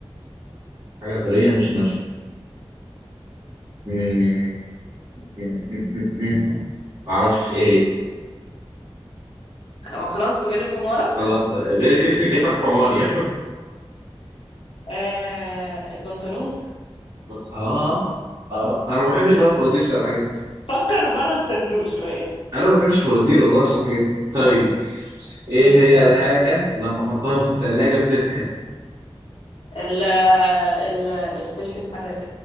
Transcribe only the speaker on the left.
خلاص غلب حمارك
آه البنطلون
فكر بره الصندوق شوية
ايش
اسألني
ال ال الفلفل الحراق